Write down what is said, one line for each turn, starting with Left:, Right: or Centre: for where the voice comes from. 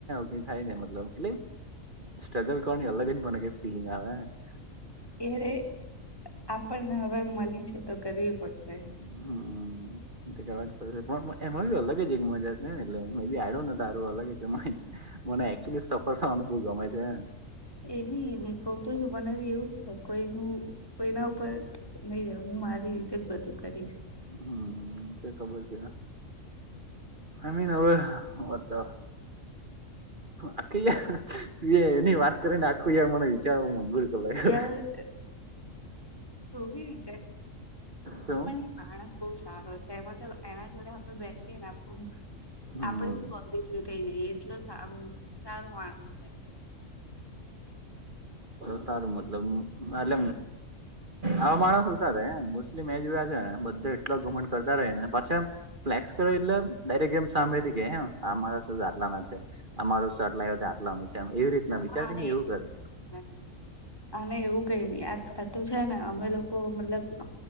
Right: ગયું થાય ને મતલબ એટલ- સ્ટ્રગલ <unintelligible> ફીલીગ આવેે-
Left: ત્યારે આપણને હવે મળી છે તો કરવી પડશે-
Right: હમ <unintelligible> કરવા જ પડે પણ એમાં બ અલગ જ એક મજા છે ને એટલે બી આડ્યો તારો અલગ જ છેજ- મને એકચુલી સફર થવાનું બહુ ગમે છે.
Left: એવી રીતે મને કઉ તો છું બનાવી એવું છે કોઈ ન- કોઈના ઉપર નહી રહું મારી રીતે જ બધું કરીશ-
Right: હમ ખબર છે આમીન હવે વાતા- આખી યારું એની વાત કરીને આખું યાર મને વિચારવા મજબૂર કરી લાગ્યો
Left: કયારે વિચ
Right: શું
Left: <inaudible> માણસ બહ સારો છે મતલબ એના જોડે આપડે બેસીએ ને આપ
Right: હમ
Left: આપડે બી પો એ થઇ જાય એટલે સારો માણસ છે.
Right: તો સારું મતલબ મતલ આવા માણસ શું સાથે મુસ્લિમ એરિયો છે ને બધો એટલો ઘુમટ કરતા રહી પાછા એમ- ફ્લેક્સ કરો એટલે ડાયરેક્ટ એમ સામેથી કે હે આ માણસ આટલામાં જ છે. અમારું સટ લય તો આટલાનું છે એવી રીતના વિચાર
Left: હા
Right: કે ને એવું કરે-
Left: બધું કઈ અને એવું કઈ નઈ આ આતું છે ને અમે લોકો મતલબ-